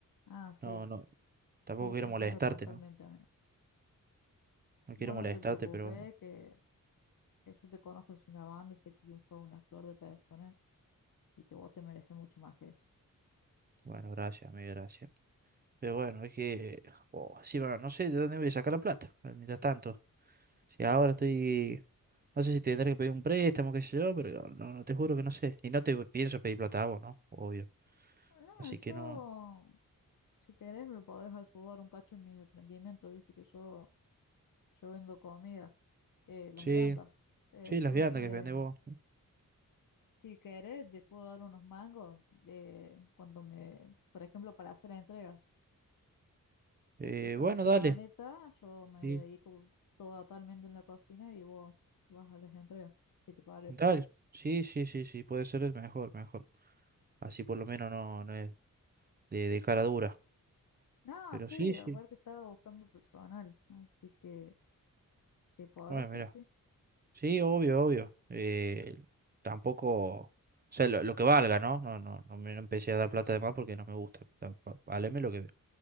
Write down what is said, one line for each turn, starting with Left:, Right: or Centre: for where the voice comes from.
Left: Ah, sí,
Right: No, no, tampoco
Left: Sí,
Right: quiero
Left: te entiendo
Right: molestarte,
Left: totalmente,
Right: ¿no?
Left: amigo.
Right: No
Left: Bueno,
Right: quiero molestarte,
Left: no te preocupes,
Right: pero bueno.
Left: que, que yo te conozco es una banda, sé que sos una flor de persona y que vos te mereces mucho más que eso.
Right: Bueno, gracias, amigo, gracias. Pero bueno, es que... Oh, sí, bueno, no sé de dónde voy a sacar la plata, mientras tanto. Si ahora estoy No sé si tendré que pedir un préstamo, qué sé yo, pero no, no te juro que no sé. Y no te pienso pedir plata a vos, ¿no? Obvio.
Left: No,
Right: Así
Left: yo,
Right: que no.
Left: si querés, me podés ayudar un cacho en mis emprendimientos, viste que yo, yo vendo comida, eh, las
Right: Sí,
Left: viandas. Eh,
Right: sí,
Left: entonces,
Right: las viandas que vendés vos.
Left: si querés, te puedo dar unos mangos eh, cuando me, por ejemplo, para hacer entregas.
Right: Eh,
Left: te presto
Right: bueno,
Left: la camioneta,
Right: dale.
Left: yo me
Right: Sí,
Left: dedico totalmente en la cocina y vos vas a las entregas, si te parece.
Right: dale. Sí, sí, sí, sí, puede ser es mejor, mejor. Así por lo menos no, no es de, de cara dura.
Left: No,
Right: Pero
Left: sí,
Right: sí, sí.
Left: aparte estaba buscando personal, así que si podés,
Right: Bueno,
Left: sí,
Right: mira.
Left: sí.
Right: Sí, obvio, obvio. Eh, tampoco. O sea, lo, lo que valga, ¿no? No, no, no me no empecé a dar plata de más porque no me gusta. Pa- pa- Valeme lo que